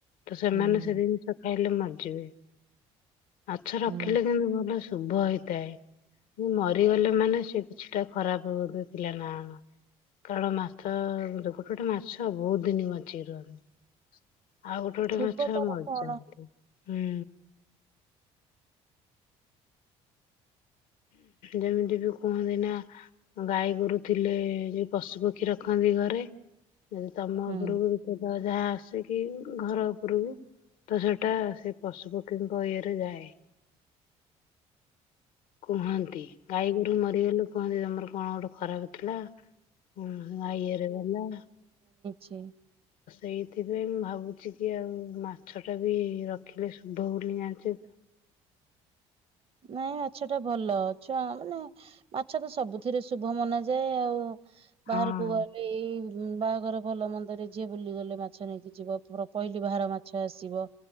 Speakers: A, on the left; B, on the right.
A: ତ ସେମାନେ
B: ହୁଁ
A: ସେ ଜିନିଷ ଖାଇଲେ ମ ଯିବେ। ଆଛା
B: ହୁଁ
A: ରଖିଲ <unintelligible> ଶୁଭ ହେଇଥାଏ। ମରିଗଲେ ମାନେ ସେ କିଛିଟା ଖରାପ <unintelligible> ଥିଲା ନା ନା ଖରା ମାଛ ଗୋଟେ ଗୋଟେ ମାଛ ବହୁତ ଦିନ ବଚିକି ରହନ୍ତି। ଆଉ ଗୋଟେ
B: ଥିବ
A: ଗୋଟେ
B: ତାର
A: ମାଛ ମରିଯାନ୍ତି।
B: କଣ
A: ହୁଁ। ଯେମିତି ବି କୁହନ୍ତି ନା, ଗାଈ ଗୋରୁ ଥିଲେ ଯୋଉ ପଶୁ ପକ୍ଷୀ ରଖନ୍ତି ଘରେ ଯି ତମ
B: ହୁଁ
A: ଉପରକୁ ବି ସେବ ଯାହା ଆସିକି ଘର ଉପରକୁ ତ ସେଟା ସେ ପଶୁ ପକ୍ଷୀଙ୍କ ଇଏରେ ଯାଏ। କୁହନ୍ତି ଗାଈଗୋରୁ ମରିଗଲୁ କୁହନ୍ତି ତମର କଣ ଗୋଟେ ଖରାପ ଥିଲା? ହୁଁ ଆ ଇଏରେ ଗଲା
B: ଛି <inaudible>
A: ସେଇଥିପାଇଁ ମୁଁ ଭାବୁଛି କି ଆଉ ମାଛ ଟା ବି ରଖିଲେ ଶୁଭ ବୋଲି ଜାଣିଛେ
B: ନାଇଁ ମାଛ ଟା ଭଲ ଛୁଆ ମାନେ ମାଛ ତ ସବୁଥିରେ ଶୁଭ ମନାଯାଏ ଆଉ।
A: ହଁ
B: ବାହାରକୁ ଗଲେଇ ବାହାଘର ଭଲ ମନ୍ଦରେ ଯିଏ ବୁଲିଗଲେ ମାଛ ନେଇକି ଯିବ ପହିଲି ବାହାର ମାଛ ଆସିବ